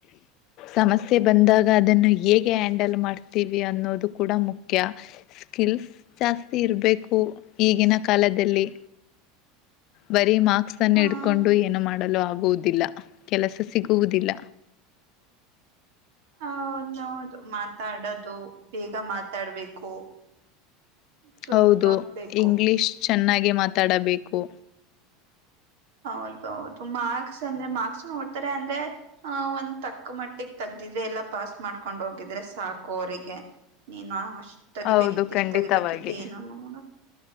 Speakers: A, on the left; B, on the right.
A: ಸಮಸ್ಯೆ ಬಂದಾಗ ಅದನ್ನು ಹೇಗೆ ಹ್ಯಾಂಡಲ್ ಮಾಡ್ತೀವಿ ಅನ್ನೋದು ಕೂಡ ಮುಖ್ಯ ಸ್ಕಿಲ್ಸ್ ಜಾಸ್ತಿ ಇರಬೇಕು ಈಗಿನ ಕಾಲದಲ್ಲಿ ಬರೀ ಮಾರ್ಕ್ಸ್ ಅನ್ನು
B: ಹ
A: ಇಡ್ಕೊಂಡು ಏನು ಮಾಡಲು ಆಗುವುದಿಲ್ಲ ಕೆಲಸ ಸಿಗುವುದಿಲ್ಲ
B: ಹದೌದು ಮಾತಾಡದು ಬೇಗ ಮಾತಾಡ್ಬೇಕು ಚುರುಕಾಗ್ಬೇಕು
A: ಹೌದು ಇಂಗ್ಲಿಷ್ ಚೆನ್ನಾಗಿ ಮಾತಾಡಬೇಕು
B: ಹೌದೌದು ಮಾರ್ಕ್ಸ್ ಅಂದ್ರೆ ಮಾರ್ಕ್ಸ್ ನೋಡ್ತಾರೆ ಅಂದ್ರೆ ಆ ಒಂದ ತಕ್ಕ ಮಟ್ಟಿಿಗೆ ತಗ್ ಇದ ಎಲ್ಲಾ ಪಾಸ್ ಮಾಡ್ಕೊಂಡ್ ಹೋಗಿದ್ರೆ ಸಾಕು ಅವರಿಗೆ ನೀನು ಇಷ್ಟ ತಗಿಬೇಕಿತ್ತು
A: ಹೌದು ಖಂಡಿತವಾಗಿ
B: ಇಷ್ಟು ತಗಿಬೇಕಿತ್ತು ಏನನು ನೋಡ